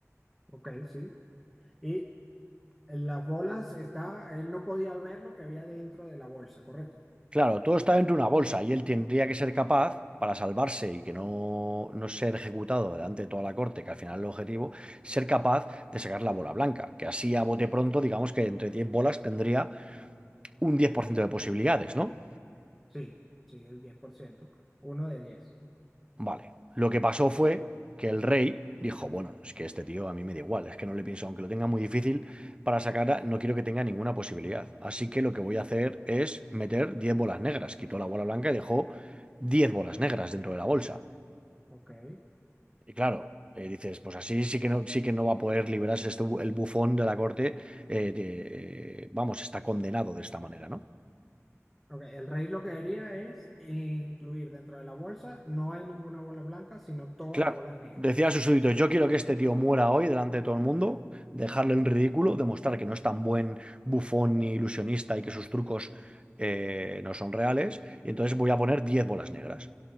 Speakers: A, in the centre; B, on the right (about 20°).
A: Ok, sí. Y en las bolas está, él no podía ver lo que había dentro de la bolsa, ¿correcto?
B: Claro, todo está dentro de una bolsa y él tendría que ser capaz, para salvarse y que no, no ser ejecutado delante de toda la corte, que al final es el objetivo, ser capaz de sacar la bola blanca, que así a bote pronto, digamos que entre 10 bolas tendría un 10% de posibilidades, ¿no?
A: Sí, sí, el 10%, uno de 10,
B: Vale, lo que pasó fue que el rey dijo, bueno, es que este tío a mí me da igual, es que no le pienso, aunque lo tenga muy difícil para sacarla, no quiero que tenga ninguna posibilidad. Así que lo que voy a hacer es meter 10 bolas negras. Quitó la bola blanca y dejó 10 bolas negras dentro de la bolsa.
A: Ok.
B: Y claro, eh, dices, pues así sí que no, sí que no va a poder liberarse este bu- el bufón de la corte. eh, de- eh, vamos, está condenado de esta manera, ¿no?
A: Ok, el rey lo que haría es incluir dentro de la bolsa, no hay ninguna bola blanca, sino todas
B: Claro,
A: las bolas negras.
B: decía a sus súbditos, yo quiero que este tío muera hoy delante de todo el mundo, dejarle en ridículo, demostrar que no es tan buen bufón ni ilusionista y que sus trucos eh, no son reales. Y entonces voy a poner 10 bolas negras.